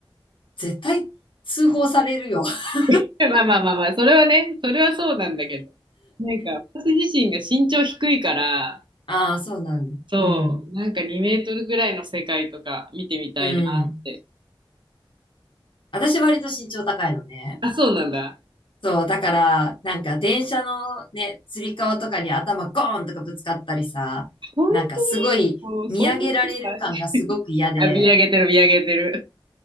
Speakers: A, on the left; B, on the right.
A: 絶対通報されるよ。<laughs>
B: <laughs> まあまあまあまあ、それはね、それはそうなんだけど、なんか私自身が身長低いから、
A: ああ、そうなんだ。
B: そう、
A: うん。
B: なんか2メートルぐらいの世界とか見てみたいなって。
A: うん。私割と身長高いのね。
B: あ、そうなんだ。
A: そう、だから、なんか電車のね、つり革とかに頭ゴーンとかぶつかったりさ、
B: 本当にもうそんな世界
A: なんかすごい見上げられる感がすごく嫌で、
B: <laughs> あ、見上げてる、見上げてる。